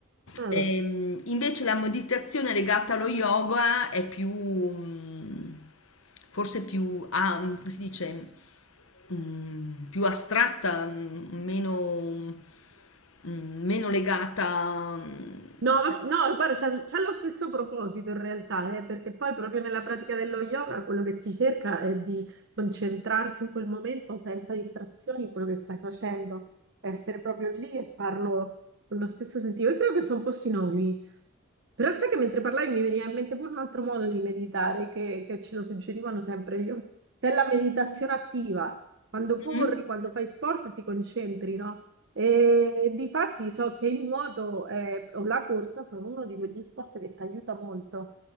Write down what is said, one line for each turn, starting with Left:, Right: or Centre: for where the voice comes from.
Right: Mm.
Left: Ehm, invece la meditazione legata allo yoga è più, mm, forse più, ah, mm, come si dice, mm, più astratta, mm, meno, mm, meno legata. mm,
Right: No,
Left: cioè-
Right: ma- no, guarda, c'ha c'ha lo stesso proposito in realtà, eh, perché poi proprio nella pratica dello yoga quello che si cerca è di concentrarsi in quel momento senza distrazioni in quello che stai facendo, essere proprio lì e farlo con lo stesso sentito. Io credo che sono un po' sinonimi, però sai che mentre parlavi mi veniva in mente pure un altro modo di meditare che, che ce lo suggerivano sempre io, che è la meditazione attiva quando corri,
Left: Mm,
Right: quando fai sport ti concentri, no? E difatti so che il nuoto eh, o la corsa sono uno di quegli sport che ti aiuta molto,